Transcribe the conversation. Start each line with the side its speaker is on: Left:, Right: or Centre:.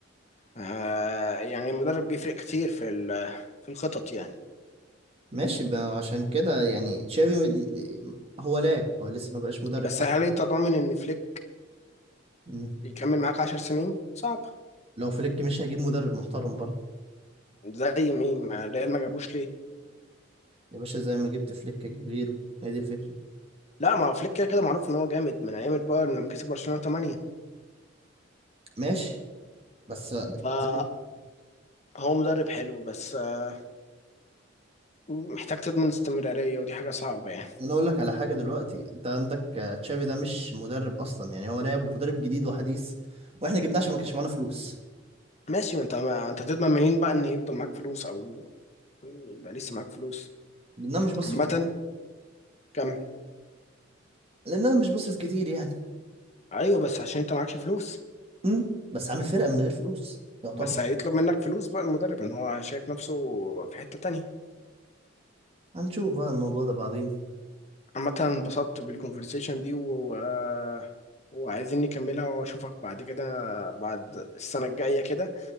Left: آه يعني المدرب بيفرق كتير في ال- في الخطط يعني
Right: ماشي بقى عشان كده يعني تشافي م- هو لاعب هو لسه ما بقاش مدرب
Left: بس
Right: حتى
Left: هل انت ضامن ان فليك
Right: مم.
Left: يكمل معاك 10 سنين صعب
Right: لو فليك مش هجيب مدرب محترم برضه
Left: زي مين ما الريال ما جابوش ليه
Right: يا باشا زي ما جبت فليك اجيب غيره هي دي الفكرة
Left: لا ما هو فليك كده كده معروف ان هو جامد من ايام البايرن لما كسب برشلونة 8
Right: ماشي بس
Left: فهو
Right: زي
Left: مدرب حلو بس آه محتاج تضمن استمرارية ودي حاجة صعبة يعني
Right: ما انا اقول لك على حاجه دلوقتي انت عندك آه، تشافي ده مش مدرب اصلا يعني هو لاعب ومدرب جديد وحديث واحنا جبناه عشان ما كانش معانا فلوس
Left: ماشي ما انت ما انت تضمن منين بقى ان يفضل معاك فلوس او يبقى لسه معاك فلوس
Right: لان انا مش بصرف
Left: عامة
Right: كتير
Left: كمل
Right: لان انا مش بصرف كتير يعني
Left: ايوه بس عشان انت معكش فلوس
Right: امم بس عامل فرقه من غير فلوس يعتبر
Left: بس هيطلب منك فلوس بقى المدرب ان هو شايف نفسه في حتة تانية
Right: هنشوف بقى الموضوع ده بعدين
Left: عامة انبسطت بالكونفرسيشن دي و... و- وعايزين نكملها واشوفك بعد كده بعد السنة الجاية كده